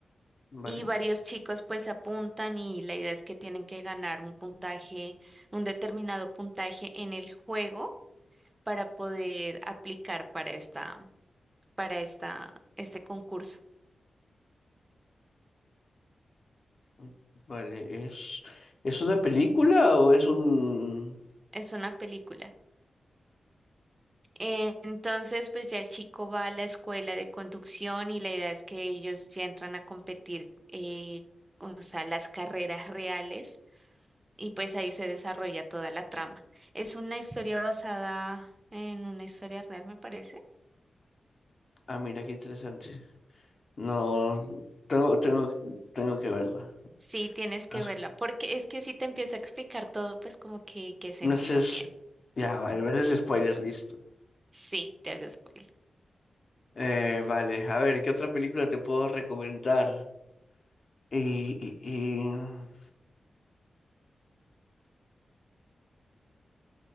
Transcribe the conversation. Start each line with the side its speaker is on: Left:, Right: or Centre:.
Left: ¿Vale?
Right: Y varios chicos pues apuntan y la idea es que tienen que ganar un puntaje, un determinado puntaje en el juego para poder aplicar para esta, para esta, este concurso.
Left: Mm, Vale, ¿es, es una película o es un...
Right: Es una película. Eh, Entonces, pues ya el chico va a la escuela de conducción y la idea es que ellos ya entran a competir, eh, o sea, las carreras reales y pues ahí se desarrolla toda la trama. Es una historia basada en una historia real, me parece.
Left: Ah, mira, qué interesante. No, tengo, tengo, tengo que verla.
Right: Sí, tienes que
Left: Haz-
Right: verla, porque es que si te empiezo a explicar todo, pues como que qué sentido
Left: No sé, es-
Right: tiene.
Left: ya, vale, me haces spoilers, listo.
Right: Sí, te hago spoiler.
Left: Eh, vale, a ver, ¿qué otra película te puedo recomendar? Y, y, y...